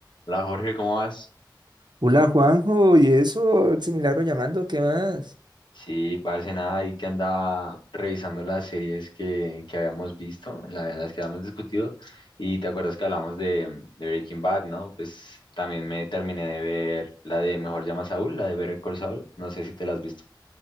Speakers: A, on the left (about 70°); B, on the right (about 65°).
A: Hola Jorge, ¿cómo vas?
B: Hola Juanjo, y eso, ese milagro llamando, ¿qué más?
A: Sí, parece nada ahí que andaba revisando las series que, que habíamos visto, la- las que habíamos discutido, y te acuerdas que hablamos de, de Breaking Bad, ¿no? Pues también me terminé de ver la de Mejor Llama a Saúl, la de Better Call Saul, no sé si te la has visto.